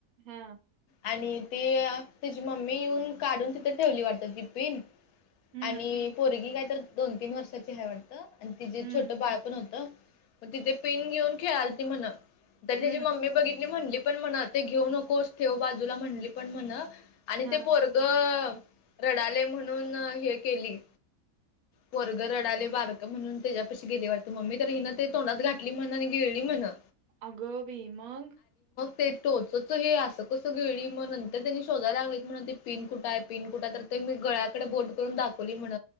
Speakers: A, on the right; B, on the left.
A: हा!
B: आणि ते त्यजी मम्मी येऊन काढून तिथे ठेवली वाटतं ती पिन.
A: हम्म
B: आणि पोरगी काय तर दोन तीन वर्षांची हाय वाटतं आणि तिजी
A: हम्म
B: छोटं बाळ पण होत. मग तिथे पिन घेऊन खेळायलती म्हण तर तिजी
A: हम्म
B: मम्मी बघितली म्हणली पण म्हणं ते घेऊ नकोस ठेव बाजूला म्हणली पण म्हणं आणि
A: हा
B: ते पोरग रडायलयं म्हणून हे केली पोरगं रडायलयं बार म्हणून त्याच्या पशी गेली वाटत मम्मी तर हिन ते तोंडात घातली म्हणं आणि गिळली म्हणं.
A: आग बाई मग?
B: ते टोचच हे असं कसं गिळली मग नंतर त्यांनी शोधायला लागलित म्हणं ते पिन कुठाय? पिन कुठाय? तर ते ते गळ्याकडे बोट करून दाखवली म्हण